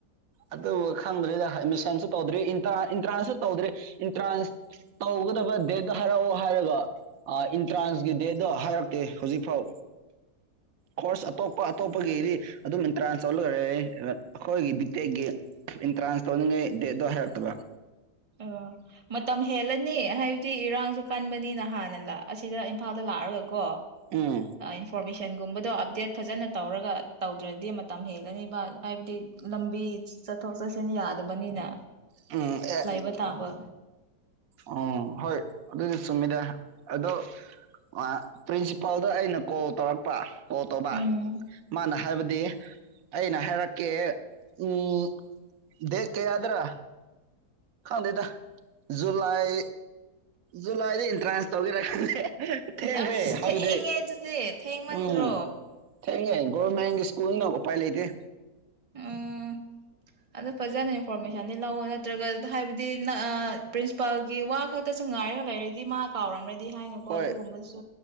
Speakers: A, on the right (about 65°); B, on the right (about 50°).
A: ꯑꯗꯨꯕꯨ ꯈꯪꯗ꯭ꯔꯔꯤꯗ ꯑꯦꯗꯃꯤꯁꯟꯁꯨ ꯇꯧꯗ꯭ꯔꯤ ꯑꯦꯟꯇ꯭ꯔꯥꯟꯁꯁꯨ ꯇꯧꯗ꯭ꯔꯤ ꯑꯦꯟꯇ꯭ꯔꯥꯟꯁ ꯇꯧꯒꯗꯕ ꯗꯦꯠꯇꯣ ꯍꯥꯏꯔꯛꯑꯣ ꯍꯥꯏꯔꯒ ꯑꯦꯟꯇ꯭ꯔꯥꯟꯁꯀꯤ ꯗꯦꯠꯇꯣ ꯍꯥꯏꯔꯛꯇꯦ ꯍꯧꯖꯤꯛꯐꯥꯎ ꯀꯣꯔꯁ ꯑꯇꯣꯞꯄ ꯑꯇꯣꯞꯄꯒꯤꯗꯤ ꯑꯗꯨꯝ ꯑꯦꯟꯇ꯭ꯔꯥꯟꯁ ꯇꯧꯂꯔ ꯑꯩ ꯑꯩꯈꯣꯏꯒꯤ ꯕꯤꯇꯦꯛꯀꯤ ꯑꯦꯟꯇ꯭ꯔꯥꯟꯁ ꯇꯧꯅꯤꯡꯉꯩ ꯗꯦꯗꯣ ꯍꯥꯏꯔꯛꯇꯕ
B: ꯑꯣ ꯃꯇꯝ ꯍꯦꯜꯂꯅꯤ ꯍꯥꯏꯕꯗꯤ ꯏꯔꯥꯡꯁꯨ ꯀꯟꯕꯅꯤꯅ ꯍꯥꯟꯅ ꯑꯁꯤꯗ ꯏꯝꯐꯥꯜꯗ ꯂꯥꯛꯑꯒꯀꯣ
A: ꯎꯝ
B: ꯏꯟꯐꯣꯔꯃꯦꯁꯟ ꯒꯨꯝꯕꯗꯣ ꯑꯞꯗꯦꯠ ꯐꯖꯅ ꯇꯧꯔꯒ ꯇꯧꯗ꯭ꯔꯗꯤ ꯃꯇꯝ ꯍꯦꯜꯂꯅꯤꯕ ꯍꯥꯏꯕꯗꯤ ꯂꯝꯕꯤ ꯆꯠꯊꯣꯛ ꯆꯠꯁꯤꯟ ꯌꯥꯗꯕꯅꯤꯅ
A: ꯎꯝ ꯑꯦ
B: ꯃꯇꯕ ꯇꯕ
A: ꯑꯣ ꯍꯣꯏ ꯑꯗꯨꯗꯤ ꯁꯨꯝꯃꯤꯗ ꯑꯗꯣ ꯑ ꯄꯤꯟꯁꯤ ꯄꯥꯎꯗ ꯑꯩꯅ ꯀꯣꯜ ꯇꯧꯔꯛꯄ ꯑꯣ ꯇꯣꯕꯥ
B: ꯎꯝ
A: ꯃꯥꯅ ꯍꯥꯏꯕꯗꯤ ꯑꯩꯅ ꯍꯥꯏꯔꯛꯀꯦ ꯎꯝ ꯗꯦꯠ ꯀꯌꯥꯗ꯭ꯔꯥ ꯈꯪꯗꯦꯗ ꯖꯨꯂꯥꯏ ꯖꯨꯂꯥꯏꯗ ꯑꯦꯟꯇ꯭ꯔꯥꯟꯁ ꯇꯧꯒꯦꯔꯦ ꯊꯦꯡꯈ꯭ꯔꯦ
B: ꯑꯁ
A: ꯍꯥꯏꯕꯗꯤ
B: ꯊꯦꯡꯉꯦ ꯑꯗꯨꯗꯤ ꯊꯦꯡꯃꯟꯗ꯭ꯔꯣ
A: ꯎꯝ ꯊꯦꯡꯉꯦ ꯒꯔꯃꯦꯟ ꯁꯀꯨꯜ ꯅ ꯎ ꯄꯥꯏ ꯂꯩꯇꯦ
B: ꯎꯝ ꯑꯗꯨꯗꯣ ꯐꯖꯅ ꯏꯟꯐꯣꯔꯃꯦꯁꯟꯗꯤ ꯂꯧꯥꯛꯑꯣꯣ ꯅꯠꯇ꯭ꯔꯒ ꯍꯥꯏꯕꯗꯤ ꯄ꯭ꯔꯤꯟꯁꯤꯄꯥꯜꯒꯤ ꯋꯥ ꯈꯛꯇꯁꯨ ꯉꯥꯏꯔꯒ ꯂꯩꯔꯦh ꯗꯤ ꯃꯥ ꯀꯥꯎꯔꯝ꯭ꯔꯗꯤ ꯍꯥꯏꯅꯀꯣ
A: ꯍꯣꯏ
B: ꯑꯗꯨꯒꯨꯝꯕꯁꯨ